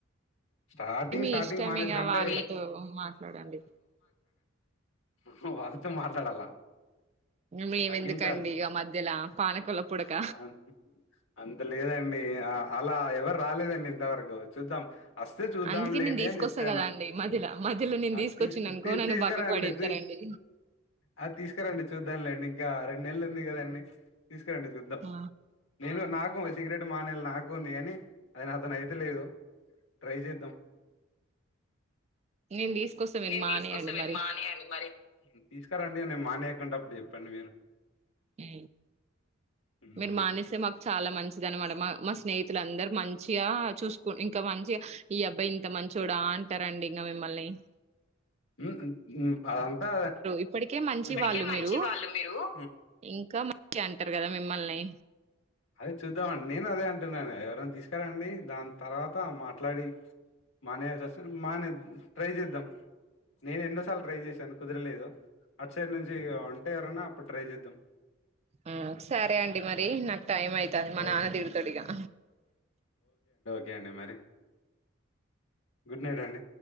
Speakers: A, on the left; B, on the right.
A: స్టార్టింగ్
B: మీ
A: స్టార్టింగ్
B: ఇష్టం
A: మానేసారు
B: ఇగ
A: అంటే.
B: వాళ్ళతో మాట్లాడండి
A: ఊహు వాళ్ళతో మాట్లాడాలా!.
B: మేమెందుకండి
A: తగ్గించాలి.
B: ఇగ మధ్యలా పానకంల పుడక
A: ఆన్ అంత లేదండి. ఆ అలా ఎవరు రాలేదండి ఇంతవరకు చూద్దాం. అస్తే చూద్దాంలేండి
B: అందుకే నేను తీసుకొస్తా
A: అని జేప్పాను,
B: కదా అండి మధ్యల మధ్యలో నేను
A: అది
B: తీసుకొచ్చిన
A: తిస్..
B: అనుకో
A: తీ,
B: నన్ను
A: తీసుకరండి,
B: బక్కకు పడేస్తారండి
A: తీ అది తీసుకరండి. చూద్దాంలేండి ఇంకా రెండు నెల్లుంది గదండి. తీస్కరండి చూద్దాం.
B: ఆ,
A: నేను నాకు సిగరెటు మానేల్ని నాకు ఉంది గాని, అది నాతొనైతలేదు. ట్రై జేద్దాం.
B: నేను తీసుకొస్తా మీరు
A: నేన్
B: మానేయండి
A: దీసుకొస్తా మీర్
B: మరి
A: మానేయండి మరి. ఊ తీసుకరండి,. నేను మానేయకుంటాప్పుడు జెప్పండి మీరు.
B: ఊ
A: ఉమ్,
B: మీరు మానేసే మాకు. చాలా మంచిదన్నమాట మా మా స్నేహితులందర మంచిగా చూసుకు ఇంకా మంచిగా ఈ అబ్బాయి ఇంత మంచొడా అంటారండి ఇంగా మిమ్మల్ని. !
A: హు హృ హు అదంతా
B: ఇప్పటికే మంచి
A: హు
B: వాళ్ళు మీరు ఇంకా మంచి అని టారు కదా మిమ్మల్ని
A: అదే చూద్దామన్. నేను అదే అంటున్నాను ఎవరైనా తీసుకురండి. దాన్ తర్వాత మాట్లాడి మానేయలస్సాస్ మానేద్ ట్రై చేద్దాం నేను ఎన్నోసార్లు ట్రై చేశాను. కుదరలేదు అటసైడ్ నుంచి ఇగా ఉంటే ఎవరన్నా అప్పుడు ట్రై చేద్దాం.
B: ఆ సరే అండి. మరి నాక్ టైమ్ అయితాన్ మా
A: ఓకే
B: నాన్న తిడుతడు ఇగా
A: కేండి మరి. గుడ్ నైట్ అండి